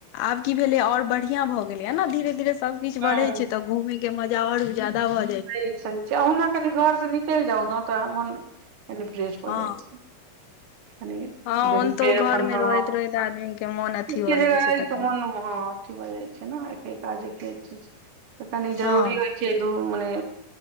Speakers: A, on the left; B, on the right.
A: आब की भेलै आओर बढ़िया भऽ गेलैय न धीरे धीरे सब किछ बढ़े
B: हूँ
A: छै तऽ घूमेके के मजा आओर जादा भ
B: सही सही छै अहुना कनि घर स निकलि जाउ ने तऽ मन कनि फ्रेश भऽ
A: हँ
B: जाइ छै क
A: हँ
B: दिन
A: ओनतो
B: फेर
A: घर
B: अपन
A: मे
B: हँ
A: रहैत रहैत आदमी के मोन अथी
B: एके
A: भऽ
B: जगह
A: जाइ छै
B: र
A: तकर
B: त मन हँ छ भ जाइ छै ने एके काज एके चीज तऽ कनी जरूरी
A: हँ
B: होइ छै दू मने